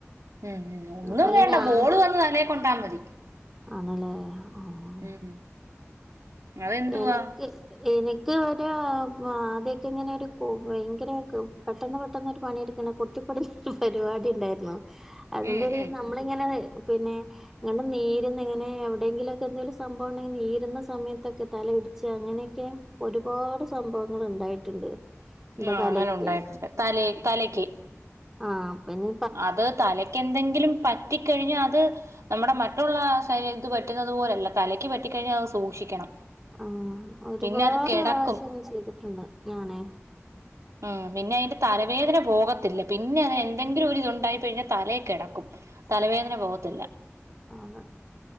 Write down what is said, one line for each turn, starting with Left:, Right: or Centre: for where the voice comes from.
Right: ഉം ഉം ഒന്നും
Centre: അതുപോലെ
Right: വേണ്ട
Centre: ഞാൻ
Right: ബോള് വന്ന് തലേ കൊണ്ടാ മതി
Centre: ആണല്ലേ ഓ
Right: ഉം അതെന്തുവാ
Centre: എനിക്ക് എനിക്ക് ഒരു ആദ്യ ഒക്കെ ഇങ്ങനെ ഒരു ഭയങ്കര പെട്ടെന്ന് പെട്ടെന്ന് ഒര് പണിയെടുക്കണം കുട്ടിപ്പ പരിപാടി ഉണ്ടായിരുന്നു അതിന്റെ
Right: ഉം
Centre: ഇടയിൽ
Right: ഉം
Centre: നമ്മ നമ്മളിങ്ങനെ പിന്നെ ഇങ്ങണ്ട് നീരുന്ന ഇങ്ങനെ എവിടെയങ്കിലൊക്കെ എന്തെങ്കിലും സംഭവം ഉണ്ടെങ്കിൽ നീരുന്ന സമയത്തൊ തലയിടിച്ച് അങ്ങനെയൊക്കെ ഒരുപാട് സംഭവങ്ങൾ ഉണ്ടായിട്ടുണ്ട് എന്റെ
Right: ആഹ്
Centre: തലക്ക്
Right: അങ്ങനെ ഉണ്ടായിട്ടുണ്ട് തല തലക്ക്
Centre: ആഹ് പിന്നെ
Right: അത് തലക്ക് എന്തെങ്കിലും പറ്റിക്കഴിഞ്ഞാൽ അത് നമ്മുടെ മറ്റുള്ള ശരീരത്ത് പറ്റുന്നുന്നത് പോലല്ല തലയ്ക്ക് പറ്റിക്കഴിഞ്ഞാൽ അത് സൂക്ഷിക്കണം
Centre: ആഹ് ഒരുപാട്
Right: പിന്നെ അത് കിടക്കും
Centre: പ്രാവശ്യം ഇങ്ങനെ ചെയ്തിട്ടുണ്ട് ഞാനേ
Right: ഉം പിന്നെ അതിന്റെ തലവേദന പോക ത്തില്ല പിന്നെ അതിന് എന്തെങ്കിലും ഒര് ഇതുണ്ടായിക്കഴിഞ്ഞാൽ തലേക്കിടക്കും തലവേദന പോകത്തില്ല
Centre: ആന്ന്